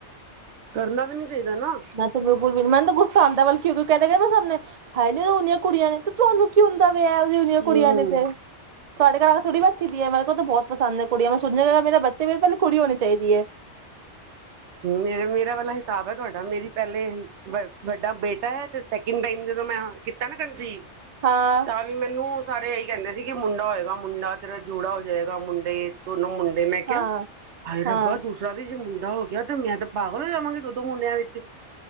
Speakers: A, on the right; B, on the right.
A: ਕਰਨਾ ਵੀ ਨੀ ਚਾਹੀਦਾ ਨਾ
B: ਮੈਂ ਤੇ ਬਿਲਕੁਲ ਵੀ ਮੈਨੂੰ ਗੁੱਸਾ ਆਉਂਦਾ ਬ ਕਿਉਂਕਿ ਕਹਿੰਦੇ ਗ ਮੈਂ ਸਾਹਮਣੇ ਹੈ ਕੀ ਨੀਆਂ ਕੁੜੀਆਂ ਨੇ ਤੇ ਤੁਹਾਨੂੰ ਕੀ ਹੁੰਦਾ ਜਦੀੀਆਂ
A: ਹੂੰ
B: ਕੁੜੀਆਂ ਨੇ ਤੇ <unintelligible> ਤੁਹਾਡੇ ਘਰ ਆ ਕੇ ਥੜੀ ਬੈਠੀ ਦੀ ਹੈ ਮੇਰੇ ਕੋਲ ਤਾਂ ਬਹੁਤ ਪਸੰਦ ਹੈ ਕੁੜੀਆਂ ਮੈਂ ਸੁਣਣਾਗਾ ਮੇਰਾ ਬੱਚੇ ਵੀ ਪਲੇ ਕੁੜੀ ਹੋਣੀ ਚਾਹੀਦੀ ਹੈ
A: ਮੇ ਮੇਰਾ ਵਾਲਾ ਹਿਸਾਬ ਹੈ ਤੁਹਾਡਾ ਮੇਰੀ ਪਹਿਲੇ ਵੱਡਾ ਬੇਟਾ ਹੈ ਤੇ ਸੈਕਿੰਡ ਟਾਈਮ ਜਦੋਂ ਮੈਂ ਕੀਤਾ ਨਾ ਕੰਜੀਵ
B: ਹਾਂ
A: ਤਾਂ ਵੀ ਮੈਨੂੰ ਸਾਰੇ ਇਹੀ ਕਹਿੰਦੇ ਸੀ ਕਿ ਮੁੰਡਾ ਹੋਏਗਾ ਮੁੰਡਾ ਤੇਰਾ ਜੂੜਾ ਹੋ ਜਾਏਗਾ ਮੁੰਡੇ ਤ ਉਹਨੂੰ ਮੁੰਡੇ ਮੈਂ ਕਿਹਾ
B: ਹਾਂ
A: ਹਾਏ ਰੱਬਾ
B: ਹਾਂ
A: ਦੂਸਰਾ ਦੇ ਜੇ ਮੁੰਡੇ ਜਾਓ ਕਿਹਾ ਤੇ ਮੈਂ ਤੇ ਪਾਗਲ ਹੋ ਜਾਵਾਂਗੇ ਦੁਦੋਂ ਮੁੰਡਿਆਂ ਵਿੱਚ